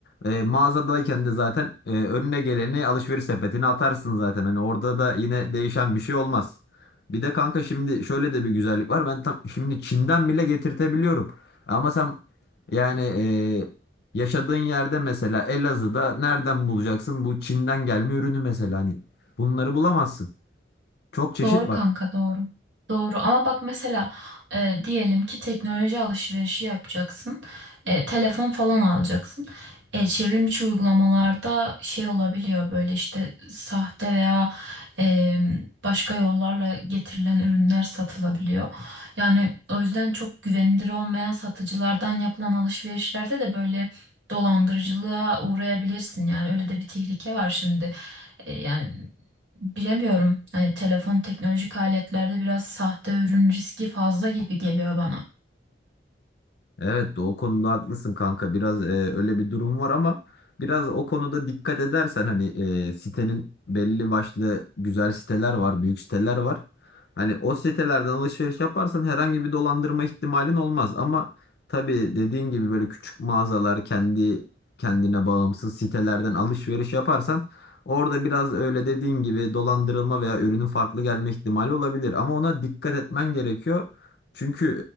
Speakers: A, on the left (about 55°); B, on the right (about 75°).
A: e, mağazadayken de zaten e, önüne geleni alışveriş sepetine atarsın zaten. Hani orada da yine değişen bir şey olmaz. Bir de kanka şimdi şöyle de bir güzellik var. Ben tam şimdi Çin'den bile getirtebiliyorum. Ama sen yani e, Yaşadığın yerde mesela Elazığ'da nereden bulacaksın bu Çin'den gelme ürünü mesela hani bunları bulamazsın. Çok çeşit
B: Doğru
A: var.
B: kanka doğru. Doğru ama bak mesela e, diyelim ki teknoloji alışverişi yapacaksın. E, telefon falan alacaksın. E, çevrimiçi uygulamalarda şey olabiliyor böyle işte sahte veya e, başka yollarla getirilen ürünler satılabiliyor. Yani o yüzden çok güvenilir olmayan satıcılardan yapılan alışverişlerde de böyle dolandırıcılığa uğrayabilirsin. Yani öyle de bir tehlike var şimdi. E, yani Bilemiyorum. Hani telefon teknolojik aletlerde biraz sahte ürün riski fazla gibi geliyor bana.
A: Evet o konuda haklısın kanka. Biraz e, öyle bir durum var ama biraz o konuda dikkat edersen hani e, sitenin belli başlı güzel siteler var, büyük siteler var. Hani o sitelerden alışveriş yaparsan herhangi bir dolandırma ihtimalin olmaz ama tabii dediğin gibi böyle küçük mağazalar, kendi kendine bağımsız sitelerden alışveriş yaparsan orada biraz öyle dediğin gibi dolandırılma veya ürünün farklı gelme ihtimali olabilir ama ona dikkat etmen gerekiyor. Çünkü